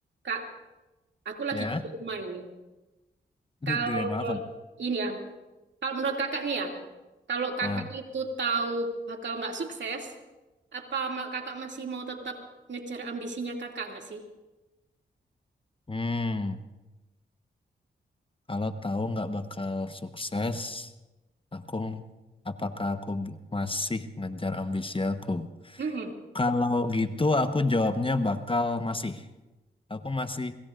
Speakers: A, on the right; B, on the left.
A: Kak, aku lagi
B: Ya,
A: di rumah ini.
B: ini
A: Kalau
B: dilema apa? tuh?
A: ini ya, kalau menurut kakak nih ya, kalau kakak
B: Nah,
A: itu tahu bakal nggak sukses, apa ma- kakak masih mau tetap ngejar ambisinya kakak nggak sih?
B: hmm, kalau tahu nggak bakal sukses, aku apakah aku b- masih ngejar ambisi aku?
A: Mm-mm.
B: Kalau gitu aku jawabnya bakal masih. Aku masih